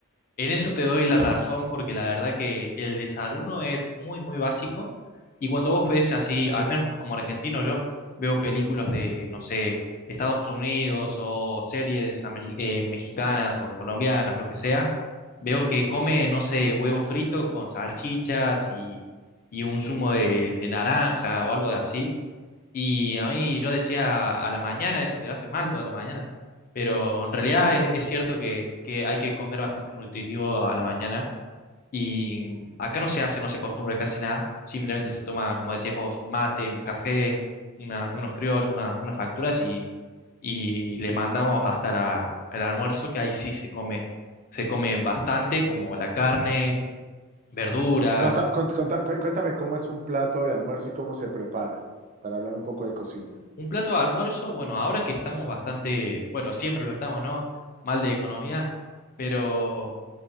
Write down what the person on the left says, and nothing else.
En eso te doy la razón porque la verdad que el desayuno es muy, muy básico y cuando vos ves así, al menos como argentino yo, veo películas de, no sé, Estados Unidos o series ameri- eh, mexicanas o colombianas, lo que sea, veo que come, no sé, huevo frito con salchichas y, y un zumo de, de naranja o algo de así y a mí yo decía a la mañana, eso te hace mal toda la mañana, pero en realidad es, es cierto que, que hay que comer bastante nutritivo a la mañana y acá no se hace, no se acostumbra casi nada, simplemente se toma, como decías vos, un mate, un café, una, unos criollos, una- unas facturas y, y le mandamos hasta la- el almuerzo que ahí sí se come, se come bastante como la carne, verduras.
Un plato de almuerzo, bueno, ahora que estamos bastante, bueno, siempre lo estamos, ¿no? Mal de economía, pero